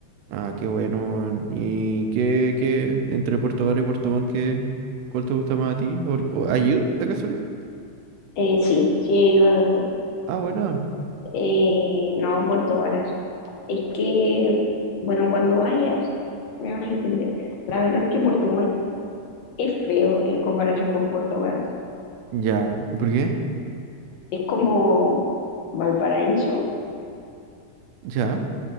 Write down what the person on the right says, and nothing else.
Ah, qué bueno, weón. ¿Y qué, qué, entre Puerto Vara y Puerto Montt, qué, cuál te gusta más a ti? ¿Por- o- ¿Ayud, la casualidad?
Ah, bueno.
Ya. ¿Y por qué?
Ya.